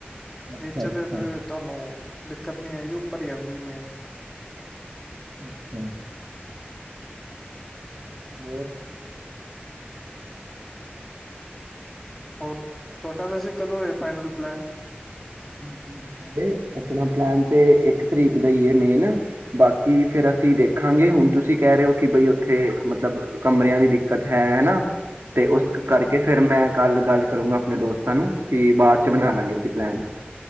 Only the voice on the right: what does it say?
ਅੱਛਾ
ਅੱਛਾ
ਅੱਛਾ-ਅੱਛਾ। ਹੋਰ?
ਮੈਂ ਤੁਹਾਨੂੰ ਦੱਸਿਆ ਤੇ ਆਪਣਾ ਪਲੈਨ ਤੇ ਇੱਕ ਤਰੀਕ ਦਾ ਈ ਐ ਮੇਨ, ਬਾਕੀ ਫੇਰ ਅਸੀਂ ਦੇਖਾਂਗੇ ਹੁਣ ਤੁਸੀਂ ਕਹਿ ਰਹੇ ਓ ਕਿ ਬਈ ਉੱਥੇ ਮਤਲਬ ਕਿ ਕਮਰਿਆਂ ਦੀ ਦਿੱਕਤ ਹੈ। ਹਨਾ? ਤੇ
ਉਸ ਕਰਕੇ ਫ਼ੇਰ ਮੈਂ ਕੱਲ ਗੱਲ ਕਰੂੰਗਾ ਆਪਣੇ ਦੋਸਤਾਂ ਨੂੰ, ਕੀ ਬਾਅਦ ਚ ਬਨਾ ਲਾਂਗੇ ਅਸੀਂ ਪਲੈਨ।